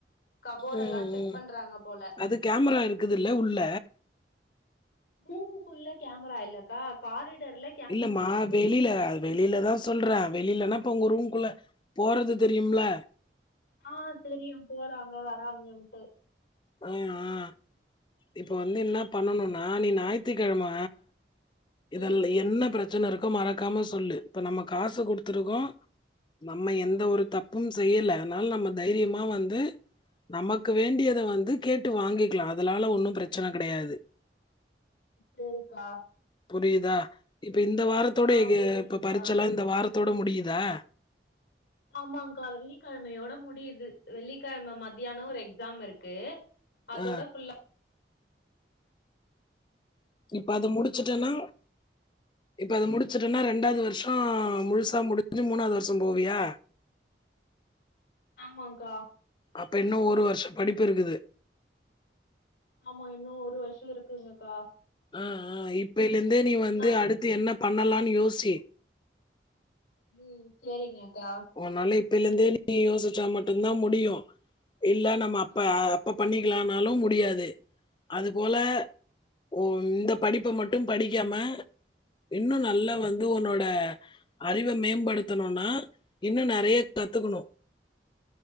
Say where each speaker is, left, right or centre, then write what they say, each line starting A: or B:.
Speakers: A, on the left (about 55°); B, on the left (about 25°).
A: கபோடெல்லா
B: ம்.
A: செக்
B: ம்.
A: பண்றாங்க போல
B: அது கேமரா இருக்குதுல்ல உள்ள
A: ரூமுக்குள்ள கேமரா இல்லக்கா காரிடோர்ல
B: இல்லமா வெளில வெளிலதா சொல்ற வெளிலனா இப்ப உங்க ரூம்குள்ள போறது தெரியும்ல
A: ஆ தெரியு போறாங்க வராங்கன்ட்டு
B: அ அ இப்ப வந்து என்னா பண்ணனுன்னா நீ நாய்த்திகெழம இதல்ல
A: ம்
B: என்ன ப்ரச்சன இருக்கோ மறக்காம சொல்லு இப்ப நம்ம காசு குடுத்துருக்கோ நம்ம
A: ம்
B: எந்த ஒரு தப் பும் செய்யல அத்னால நம்ம தைரியமா வந்து நமக்கு வேண்டியத வந் து கேட்டு வாங்கிக்லா அதனால ஒன்னு ப்ரச்சன கடையாது
A: சேரிக்கா
B: புரியிதா இப்ப இந்த வாரத்தோட
A: ஆ
B: இகு
A: புரியுதுக்கா
B: இப்ப பரிட்ச்சல்லா இந்த வாரத்தோட முடியிதா
A: ஆமாங்க்கா வெள்ளிகெழமையோட முடிய்து வெள்ளிகெழம மத்யானொ ஒரு எக்ஸாம் இருக்கு அதோட
B: அ
A: ஃபுல்லா
B: இப்ப அத முடிச்சிட்டனா இப்ப அத முடிச்சிட்டனா ரெண்டாவ்து வர்ஷொ முழுசா முடிஞ்சி மூணாவ்து வர்ஷொ போவியா
A: ஆமாங்க்கா
B: அப்ப இன்னு ஒரு வர்ஷோ படிப்பு இருக்குது
A: ஆமா இன்னு ஒரு வர்ஷொ இருக்குங்கக்கா
B: ஆ ஆ இப்பைலேந்தே நீ வந்து
A: நா
B: அடுத்து என்ன பண்ணலான் யோசி
A: ம் சேரிங்கக்கா
B: ஒன்னால இப்பைலேந்தே நீ யோசிச்சா மட்டுந்தா முடியு இல்ல நம்ம அப்ப
A: ஆ
B: அப்ப பண்ணி க்கிலான்னாலு முடியாது அதுபோல ஓ இந்த படிப்ப மட்டு படிக்காம இன்னு
A: ம்
B: நல்லா வந்து ஒன்னோட அறிவ மேம்படுத்தணுன்னா இன்னு நறைய கத்துக்குணு